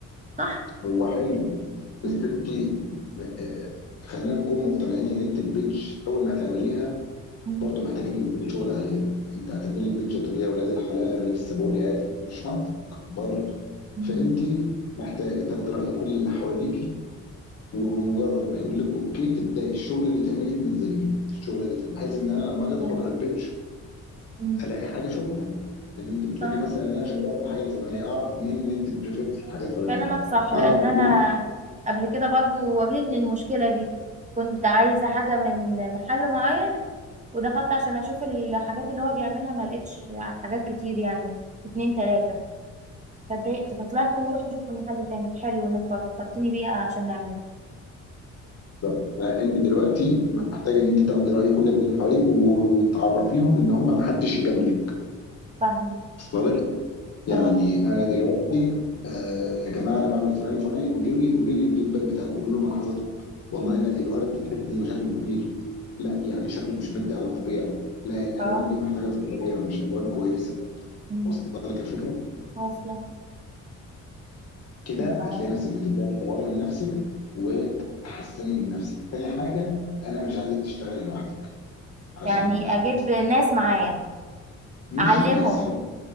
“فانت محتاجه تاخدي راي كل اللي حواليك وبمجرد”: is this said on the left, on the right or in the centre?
Left